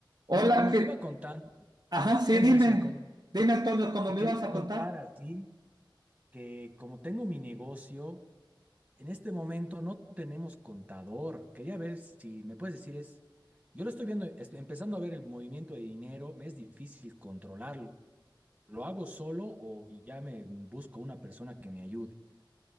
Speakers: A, on the right; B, on the right.
A: Hola,
B: Bueno, como
A: que...
B: te iba contando,
A: Ajá, sí,
B: ¿cómo
A: dime.
B: es? Eh, como-
A: Dime, Antonio, ¿cómo
B: Te
A: me
B: quería
A: ibas a
B: contar
A: contar?
B: así que como tengo mi negocio, en este momento no tenemos contador. Quería ver si me puedes decir es, yo lo estoy viendo, estoy empezando a ver el movimiento de dinero, me es difícil controlarlo. ¿Lo hago solo o ya me busco una persona que me ayude?